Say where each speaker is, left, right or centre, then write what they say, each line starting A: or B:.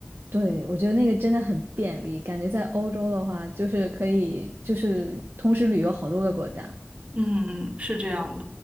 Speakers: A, on the right (about 65°); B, on the right (about 35°).
A: 对，我觉得那个真的很便利，感觉在欧洲的话，就是可以就是同时旅游好多个国家。
B: 嗯嗯，是这样的，